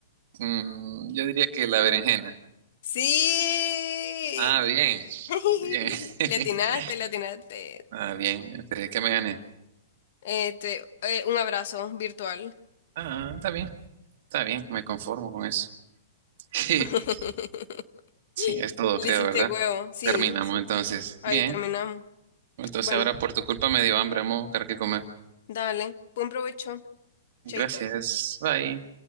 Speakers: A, on the right; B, on the left.
A: mm, yo diría que la berenjena.
B: Sí.
A: Ah, bien,
B: <laughs>
A: bien. <laughs>
B: Le atinaste, le atinaste.
A: Ah, bien, esperé que me gané.
B: Este, eh, un abrazo virtual.
A: Ah, está bien, está bien, me conformo con eso. <laughs>
B: <laughs>
A: Sí, es todo,
B: Le
A: creo,
B: hiciste
A: ¿verdad?
B: huevo, sí,
A: Terminamos
B: sí.
A: entonces.
B: Ahí
A: Bien.
B: terminamos.
A: Entonces
B: Bueno,
A: ahora por tu culpa me dio hambre. Vamos a buscar qué comer.
B: dale, buen provecho,
A: Gracias.
B: chaito.
A: Bye.